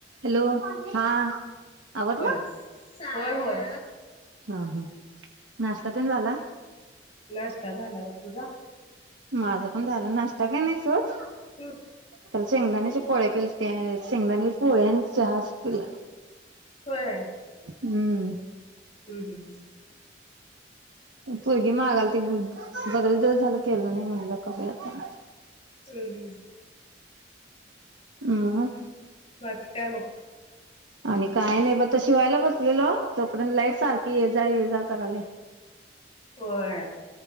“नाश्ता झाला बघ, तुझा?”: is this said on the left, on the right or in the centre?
Left